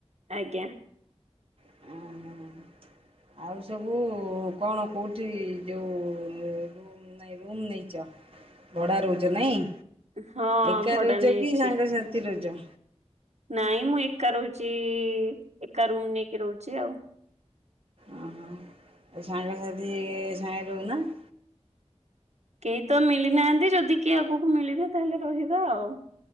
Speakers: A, on the right; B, on the right.
A: ଆଜ୍ଞା।
B: ଓ <inaudible> ଆଉ ସବୁ କଣ କଉଠି ଯେଉଁ ମୋ ନାଇ ରୁମ୍ ନେଇଚ ଭଡ଼ା ରହୁଚ ନାଇଁ।
A: ହଁ
B: ଏକା
A: ଭଡା
B: ରହିଚ
A: ନେଇଛି
B: କି ସାଙ୍ଗସାଥି
A: ର।
B: ରହୁଚ?
A: ନାଇଁ ମୁଁ ଏକା ରହୁଛି ଏକା ରୁମ୍ ନେଇକି ରହୁଛି ଆଉ।
B: ଓ ହଁ ସାଙ୍ଗ ସାଥି ସାଙ୍ଗରେ ରହୁନ?
A: କେହି ତ ମିଳି ନାହାନ୍ତି ଯଦି କିଏ ଆଗକୁ ମିଳିବେ ତାହେଲେ ରହିବା ଆଉ।